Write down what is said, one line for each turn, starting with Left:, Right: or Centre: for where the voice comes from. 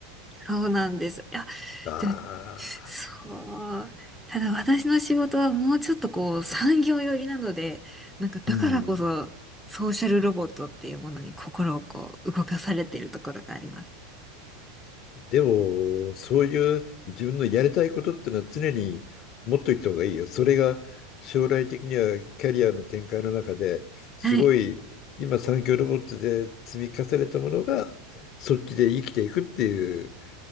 Centre: そうなんです。いや、
Left: ああ、
Centre: でも、そう。ただ私の仕事はもうちょっとこう産業寄りなので、なんかだからこそソーシャルロボットっていうものに心をこう動かされているところがあります。
Left: うん。でも、そういう自分のやりたいことってのは常に持っといた方がいいよ。それが将来的にはキャリアの展開の中ですごい今産業ロボットで積み重ねたものがそっちで生きていくっていう
Centre: はい。